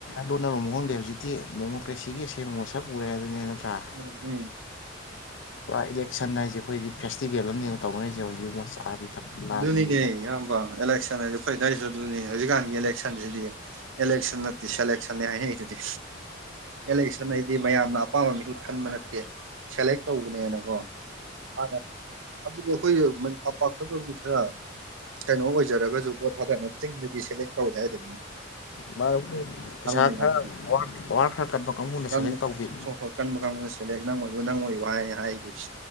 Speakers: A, on the left; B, on the right.
A: ꯂꯣꯟꯅꯔꯨꯃꯣ ꯈꯪꯗꯦ ꯍꯧꯖꯤꯛꯇꯤ ꯗꯦꯃꯣꯀ꯭ꯔꯦꯁꯤꯒꯤ ꯑꯁꯦꯡꯕ ꯃꯁꯛ ꯎꯔꯦ ꯑꯗꯨꯅꯦ ꯅꯠꯇ꯭ꯔꯥ
B: ꯎꯝ ꯎꯝ
A: ꯄꯨꯔꯥ ꯏꯂꯦꯛꯁꯟ ꯍꯥꯏꯁꯦ ꯑꯩꯈꯣꯏꯗꯤ ꯐꯦꯁꯇꯤꯕꯦꯜ ꯑꯃꯅꯦ ꯇꯧꯅꯔꯤꯁꯦ ꯍꯧꯖꯤꯛ ꯊꯛꯄꯤ ꯂꯥꯡꯕꯤ
B: ꯑꯗꯨꯅꯤꯅꯦ ꯢꯌꯥꯝꯕ ꯑꯦꯂꯦꯛꯁꯥꯟ ꯍꯥꯢꯖꯦ ꯑꯩꯈꯣꯏ ꯑꯗꯥꯏꯖꯨ ꯑꯗꯨꯅꯤ ꯍꯧꯖꯤꯛꯀꯥꯟꯒꯤ ꯏꯂꯦꯛꯁꯟꯁꯤꯗꯤ ꯏꯂꯦꯛꯁꯟ ꯅꯠꯇꯦ ꯁꯦꯂꯦꯛꯁꯟꯅꯦ ꯍꯥꯏꯅꯩꯗꯨꯗꯤ ꯑꯦꯂꯦꯛꯁꯟ ꯍꯥꯏꯗꯤ ꯃꯌꯥꯝꯅ ꯑꯄꯥꯝꯕ ꯃꯤꯍꯨꯠ ꯈꯟꯕ ꯅꯠꯇꯦ ꯁꯦꯂꯦꯛ ꯇꯧꯕꯅꯦꯅꯀꯣ ꯃꯥꯅꯦ ꯑꯗꯨꯗꯤ ꯑꯩꯈꯣꯏ ꯇꯝꯄꯥꯛ ꯑꯝ ꯈꯔ ꯀꯩꯅꯣ ꯑꯣꯏꯖꯔꯒꯁꯨ ꯚꯣꯠ ꯊꯥꯗꯅ ꯆꯤꯡꯗꯗꯤ ꯁꯦꯂꯦꯛ ꯇꯧꯋꯦ ꯍꯥꯏꯗꯅꯤ
A: ꯃꯥ ꯄꯩꯁꯥ
B: ꯃꯌꯥꯝꯗꯨꯅ
A: ꯈꯔ ꯄꯋꯥꯔ ꯈꯔ ꯀꯟꯕ ꯀꯥꯡꯕꯨꯅ
B: ꯀꯟꯕ
A: ꯁꯦꯂꯦꯛ ꯇꯧꯕꯤ
B: ꯍꯣꯏ ꯍꯣꯏ ꯀꯟꯕ ꯀꯥꯡꯕꯨꯅ ꯅꯪ ꯑꯣꯏꯌꯣ ꯅꯪ ꯑꯣꯏꯌꯣ ꯍꯥꯏ ꯍꯥꯏꯗꯨꯗꯤ